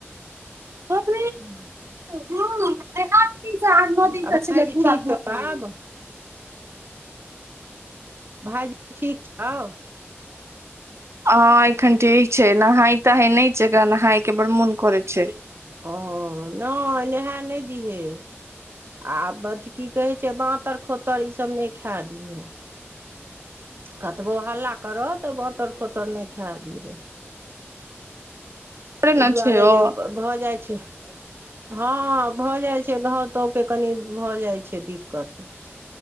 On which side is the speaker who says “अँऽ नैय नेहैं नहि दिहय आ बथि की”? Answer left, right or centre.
Right